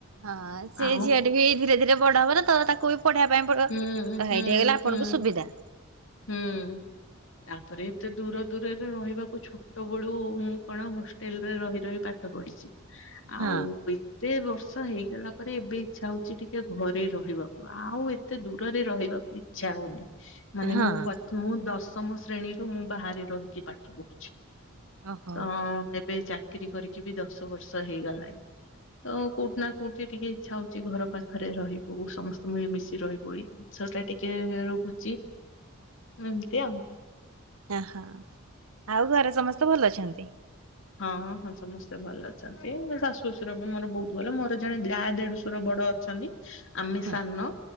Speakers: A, on the right; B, on the left.
A: ହାଁ ସେ
B: ଆଉ
A: ଝିଅଟି ବି ଧୀରେ ଧୀରେ ବଡ ହବ ନାଁ ତ ତାକୁ ବି ପଢେଇବା ପାଇଁ ପଡିବ।
B: ହୁଁ ହୁଁ
A: କ ହେଁଇଠି ହେଇଗଲେ ଆପଣଙ୍କୁ
B: ହୁଁ
A: ସୁବିଧା।
B: ହୁଁ। ତାପରେ ଏତେ ଦୂର ଦୂରରେ ରହିବାକୁ ଛୋଟ ବେଳୁ ମୁଁ କଣ ହଷ୍ଟେଲରେ ରହି ରହି ପାଠ ପଢିଛି ଆଉଁ
A: ହଁ
B: ବି ଏତେ ବର୍ଷ ହେଇଗଲା ପରେ ଏବେ ଇଚ୍ଛା ହଉଛି ଟିକେ ଘରେ ରହିବାକୁ ଆଉଁ ଏତେ ଏତେ ଦୂରରେ ରହିବାକୁ ଇଚ୍ଛା ହଉନି। ମାନେ
A: ହଁ
B: ମୁଁ ପ୍ରଥମ ରୁ ମୁଁ ଦଶମ ଶ୍ରେଣୀରୁ ମୁଁ ବାହାରେ ରହିକି ପାଠ ପଢ଼ୁଛି।
A: ଓହୋ।
B: ତ ଏବେ ଚାକିରି କରିକି ବି ଦଶ ବର୍ଷ ହେଇଗଲାଣି। ତ କୋଉଁଠି ନାଁ କୋଉଁଠି ଟିକେ ଇଚ୍ଛା ହଉଛି ଘର ପାଖରେ ରହିବୁ ସମସ୍ତଙ୍କ ସହ ମିଳି ମିଶି ରହିବୁ ଏଇ ଜିନିଷ ଟା ଟିକେ ରହୁଛି। ଏମିତି ଆଉ।
A: ଏଁ ହୋ ଆଉ ଘରେ ସମସ୍ତେ ଭଲ ଅଛନ୍ତି?
B: ହଁ ହଁ ହଁ ସମସ୍ତେ ଭଲ ଅଛନ୍ତି ମୋ ଶାଶୁ ଶ୍ୱଶୁର ବି ମୋର ବହୁତ ଭଲ ମୋର ଜଣେ ଯା ଦେଢଶୁର ବଡଅ ଅଛନ୍ତି। ଆମେ
A: ହୁଁ।
B: ସାନ